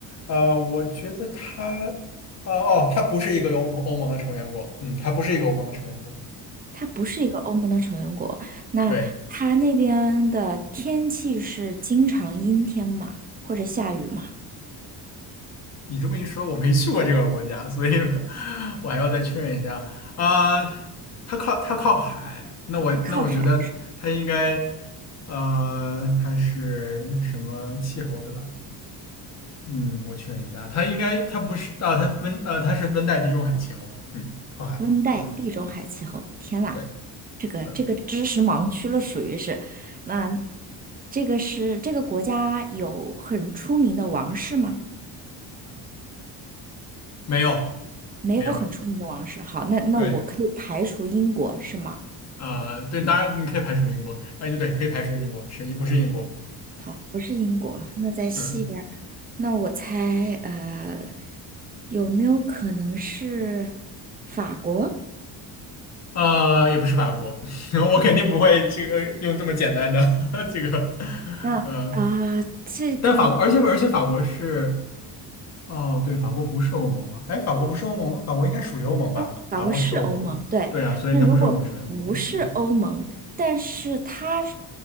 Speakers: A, on the left (about 40°); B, on the right (about 20°).
A: 呃，我觉得他，啊、哦，他不是一个有欧盟欧盟的成员国，嗯，他不是一个欧盟的成员国。
B: 它不是一个欧盟的成员国。那它那边的天气是经常阴天嘛，
A: 对，
B: 或者下雨嘛？
A: 你这么一说，我没去过这个国家，所以 <laughs> 我还要再确认一下啊、它靠它靠海，那我那我觉得它应该，
B: 它靠海，是吧
A: 呃，它是什么气候，对吧？嗯，我确认一下，它应该它不是啊，它温呃它是温带地中海气候，嗯，靠海靠海。
B: 温带地中海气候。天呐！
A: 对。
B: 这个这个知识盲区了，
A: 嗯，
B: 属于是。那这个是这个国家有很出名的王室吗？
A: 没有，
B: 没有很出名的王室。
A: 没有，
B: 好，那那我可以排除英国是吗？
A: 对，啊、对，当然你可以排除英国，啊、对，对，可以排除英国，是，不是英国，
B: 好，不是英国，那在西边儿。
A: <laughs> 嗯，
B: 那我猜，呃，有没有可能是法国？
A: 啊、也不是法国，<laughs> 我肯定不会这个用这么简单的 <laughs> 这个，
B: 那啊、
A: 呃，
B: 这个。
A: 但法国，而且而且法国是，哦，对，法国不是欧盟啊，哎，法国不是欧盟吗？法国应该属于欧盟吧？
B: 呃法法国是欧盟，
A: 法国是欧盟，
B: 对。
A: 对啊，所以它不是欧盟成员国，
B: 那如果不是欧盟，
A: 嗯，
B: 但是它是